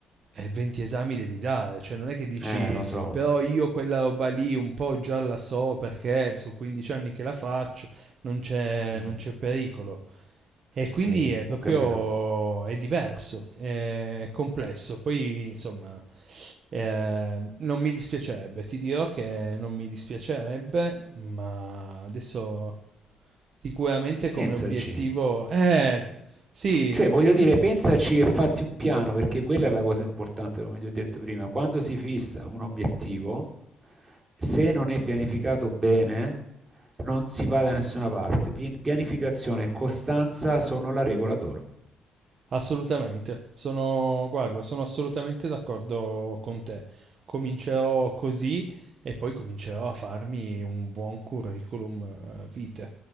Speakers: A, on the right; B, on the right.
A: e 20 esami devi dare, cioè non è che dici
B: Eh, lo so,
A: però io quella roba lì un po' già la so perché sono 15 anni che la faccio, non c'è,
B: sì.
A: non c'è pericolo. E quindi
B: Sì,
A: è
B: ho
A: proprio
B: capito.
A: è diverso, è complesso. Poi insomma, eh, non mi dispiacerebbe, ti dirò che non mi dispiacerebbe, ma adesso sicuramente come
B: Pensaci,
A: obiettivo, eh, sì,
B: cioè voglio dire, pensaci e fatti un piano, perché quella è la cosa importante, come ti ho detto prima, quando si fissa un obiettivo, se non è pianificato bene, non si va da nessuna parte. Pi- Pianificazione e costanza sono la regola d'oro.
A: Assolutamente, sono, guarda, sono assolutamente d'accordo con te. Comincerò così e poi comincerò a farmi un buon curriculum eh, vitae.